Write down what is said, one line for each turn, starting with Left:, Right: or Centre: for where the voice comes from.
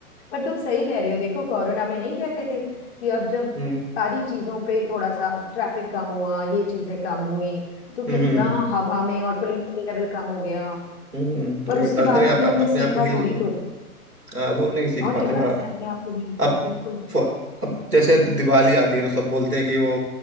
Left: पर तुम सही कह रही हो देखो कोरोना में नहीं कहते थे कि अब जब
Right: हम्म?
Left: सारी चीजों पे थोड़ा सा ट्रैफिक कम हुआ ये चीजें कम हुई तो
Right: हम्म
Left: कितना हवा में और पोल्यूशन लेवल कम हो गया
Right: हम्म
Left: पर
Right: वही
Left: उसके
Right: अर्थ
Left: बाद
Right: ने आप,
Left: भी
Right: आप
Left: हमने
Right: अपने
Left: सीखा
Right: आप को हील
Left: थोड़ी
Right: किया
Left: कुछ
Right: हाँ, वो नहीं सीख
Left: और
Right: पाते
Left: क्या
Right: ना
Left: अर्थ
Right: आप
Left: में अपने आप को भी
Right: अब
Left: बिल्कुल
Right: फ- अब जैसे दिवाली आती है तो सब बोलते हैं कि वो